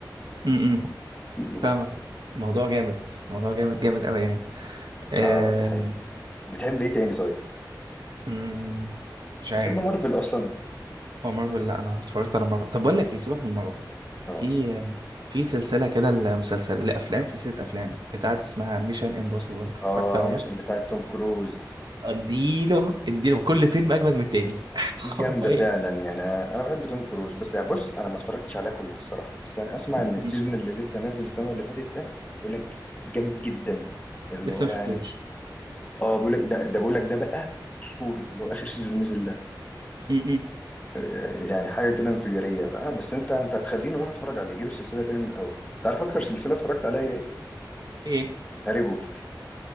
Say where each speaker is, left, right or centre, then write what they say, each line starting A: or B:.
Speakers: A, on the right (about 70°); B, on the left (about 20°).
A: امم
B: في ايه
A: فاهمك الموضوع جامد الموضوع جامد جامد قوي يعني آه...
B: اه دي حقيقه بتحب ايه تاني طيب
A: مم، مش
B: بتحب
A: عارف
B: مارفل اصلا
A: هو مارفل لا انا اتفرجت على مارفل طب بقول لك ايه سيبك من مارفل
B: اه
A: في في سلسله كده المسلسل لافلام سلسله افلام بتاعت اسمها ميشن امبوسيبل اتفرجت
B: اه
A: عليها
B: مش بتاعه توم كروز
A: اديله اديله كل فيلم اجمل من التاني <laughs>
B: دي
A: حرفيا
B: جامده فعلا يعني انا بحب توم كروز بس يعني بص انا ما اتفرجتش عليها كلها الصراحه بس انا اسمع
A: م-م.
B: ان السيزون اللي لسه نازل السنه اللي فاتت ده بيقول لك جامد جدا اللي
A: لسه
B: هو
A: ما شفتوش
B: يعني اه بيقول لك ده ده بيقول لك ده بقى اسطوري اللي هو اخر سيزون نزل ده
A: م-م.
B: آه، يعني حاجه كده انفجاريه فأنا- بس انت انت هتخليني اروح اتفرج عليه اجيب السلسله تاني من الاول تعرف اكتر سلسله اتفرجت عليها هي ايه
A: ايه
B: هاري بوتر